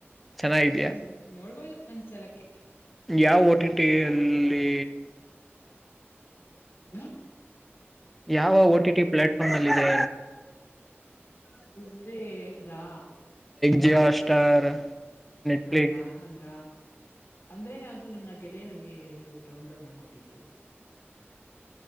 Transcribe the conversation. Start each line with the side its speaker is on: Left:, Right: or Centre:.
Centre: ಚೆನ್ನಾಗಿದ್ಯಾ
Left: ಹ್ಮ ನೋಡ್ಬೋದು ಒಂದ್ಸಲಕ್ಕೆ
Centre: ಯಾವ ಓ ಟಿ ಟಿ ಅಲ್ಲಿ
Left: ಹನು
Centre: ಯಾವ ಓಟಿ ಟಿ ಪ್ಲಾಟ್ಫಾರ್ಮ್ ಅಲ್ಲ ಇಿದೆ
Left: ಅದು ಅಂದ್ರೆ ಅದಾ
Centre: ಜಿಯ ಸ್ಟಾರ್ ನೆಟ್ಫ್ಲಿಕ್ಸ್
Left: ಹಂಗ ಹಂಗ ಅಂದ್ರೆನ ಅದು ನನ್ನ ಗೆಳೆಯೇ ನಂಗೆ ಅದು ಡೌನ್ಲೋಡ್ ಮಾಡ್ಕೊಟ್ಟತ್ತು